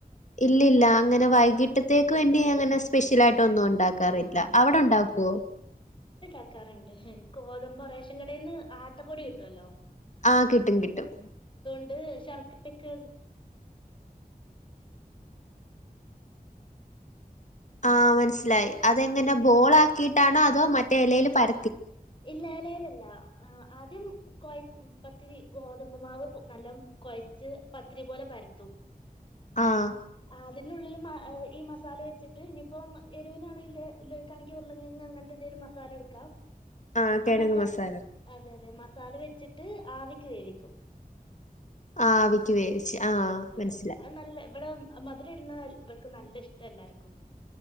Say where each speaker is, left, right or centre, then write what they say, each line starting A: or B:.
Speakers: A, on the left (about 50°); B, on the left (about 35°).
A: ഇല്ലില്ല അങ്ങനെ വൈകിട്ടത്തേക്ക് വേണ്ടി അങ്ങനെ സ്പെഷ്യൽ ആയിട്ട് ഒന്നും ഒണ്ടാക്ക റില്ല അവിടെ ഒണ്ടാക്കുവോ
B: ക്കാറുണ്ട് കോതമ്പ് റേഷൻ കടേന്ന് ആട്ടപ്പൊടി കിട്ടുവല്ലോ
A: ആ കിട്ടും കിട്ടും
B: ണ്ട് ശർക്കരക്കൊ
A: ആ മനസ്സിലായി അതെങ്ങനെ
B: ഉം
A: ബോൾ ആക്കിയിട്ടാണോ അതോ മറ്റേ എലയിൽ പര
B: ഇല്ല എലേലല്ല ആ ആദ്യം കൊയ പത്തിരി ഗോതമ്പ്മാവ് നല്ല കൊയച്ച് പത്തിരി പോലെ പരത്തും
A: ആഹ്
B: അതിനുള്ളിൽ മാ ഈ മസാല വെച്ചിട്ട് ഇനി ഇപ്പം എരുവിനാണെങ്കിൽ <unintelligible> ഉരുളങ്ങങ്ങ് അങ്ങനത്തെ എന്തെലും മസാല എടുക്കാം
A: ആഹ് കിഴങ്ങ്
B: ആ മസ
A: മസാല
B: അതെ അതെ മസാല വെച്ചിട്ട് ആവിക്ക് വേവിക്കും
A: ആവിക്ക് വേവിച്ച് ആ
B: അതെ
A: മനസ്സിലായി
B: അതെ അത് നല്ല ഇവിടെ മധുര ഇടുന്ന ഇവർക്ക് നല്ല ഇഷ്ടാ എല്ലാർക്കും